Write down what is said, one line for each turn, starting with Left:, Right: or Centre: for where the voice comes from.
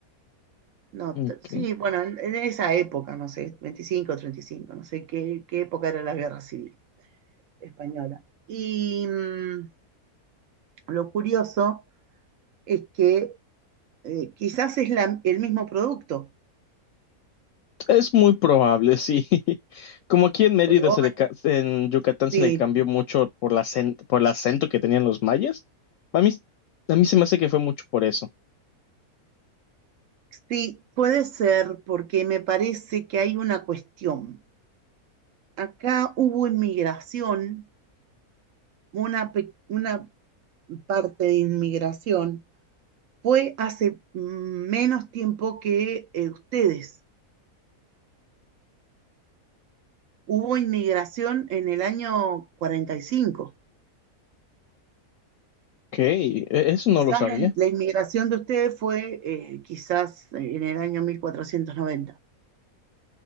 Right: No,
Left: ok,
Right: tr- sí, bueno, en, en esa época, no sé, 25, 35, no sé qué, qué época era la guerra civil española. Y mm, lo curioso es que eh, quizás es la- el mismo producto,
Left: es muy probable, sí. <laughs> Como aquí en Mérida,
Right: porque vos
Left: se le
Right: me-
Left: ca- en Yucatán se
Right: sí,
Left: le cambió mucho por la acen- por el acento que tenían los mayas. A mí, a mí se me hace que fue mucho por eso.
Right: Sí, puede ser porque me parece que hay una cuestión. Acá hubo inmigración, una, pe- una parte de inmigración fue hace mm, menos tiempo que eh, ustedes. Hubo inmigración en el año 45.
Left: Ok, e- eso no
Right: Quizás
Left: lo sabía.
Right: la, la inmigración de ustedes fue eh, quizás en el año 1490.